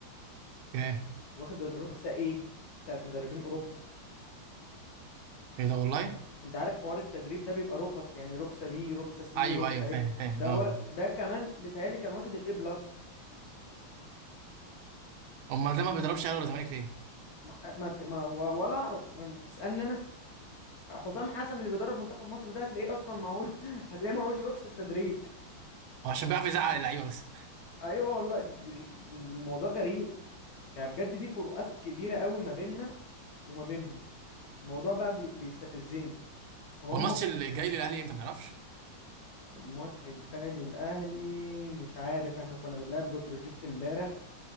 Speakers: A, on the right (about 85°); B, on the left (about 70°).
A: ايه
B: واخد الرخصة ايه بتاعت مدربين اوروبا
A: ايه ده والله
B: انت عارف حوار التدريب ده بيبقى رخص يعني رخصة بي رخصة سي
A: ايوه
B: رخصة
A: ايوه
B: ايه
A: فاهم فاهم
B: ده
A: اه
B: و... ده كمان بيتهيألي كان واخد الاي بلس
A: امال ده ما بيضربش اهلي ولا زمالك ليه
B: ما... ما... ت- ما... و- ولا اعرف يعني بتسألني انا حسام حسن اللي بيدرب منتخب مصر ده هتلاقيه اصلا معهوش <laughs> هتلاقيه معهوش رخصة تدريب
A: هو عشان بيعرف يزعق اللعيبه بس
B: ايوه والله د- د- الموضوع غريب يعني بجد دي فروقات كبيرة قوي ما بيننا وما بينهم الموضوع بقى بي... بيستفزني هم
A: هو الماتش اللي جاي للاهلي امتى ما تعرفش
B: الماتش الجاي للأهلي مش عارف احنا كنا بنلعب بتروجيت امبارح